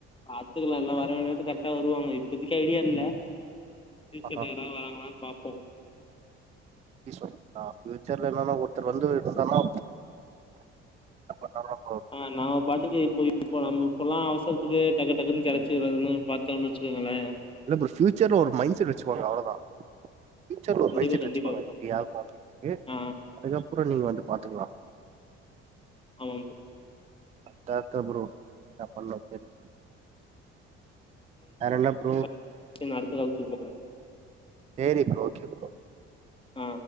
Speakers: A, on the left (about 15°); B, on the right (about 20°).
A: பாத்துக்லா எல்லா வர வேண்டிய நேரத்துக்கு கர் ட்டா வருவாங்க இப்பதிக்கி ஐடியா இல்ல ஃபியூச்சர்ல
B: ஆ
A: யாராது வராங்ளான் பாப்போ
B: அப்டி சொல்றீங்ளா ஃபியூச்சர்ல என்னனா ஒருத்தர் வந்து இருந்தானா அந்த தருணம்
A: ஆமா நாம பாட்டுக்கு இப்போ இப்போ நம்ம இப்பல்லா அவசரத்துக்கு டக்கு டக்குன்னு கெடச்சிறதுன்னு பாத்தோன் வச்சுக்கங்களே
B: இல்ல ப்ரோ ஃபியூச்சர்ல ஒரு மைண்ட் செட் வச்சுக்கோங்க அவ்ளோதா ஃபியூச்சர்ல ஒரு
A: கண்டிப்பா
B: மைண்ட் செட்
A: கண்டிப்பா
B: வச்சுக்கோங்க
A: ப்ரோ
B: இப்டி ஆள் பாப்பிங்ணு
A: ஆ
B: அதுக்கப்றோ நீங்க வந்து பாத்துக்லா
A: ஆமா ப்ரோ
B: அத்த அத்த ப்ரோ என்ன பண்ணு தெரி வேற என்ன ப்ரோ
A: செரி நா அடுத்த கால் பேச போறே
B: சேரி ப்ரோ ஓகே ப்ரோ
A: அ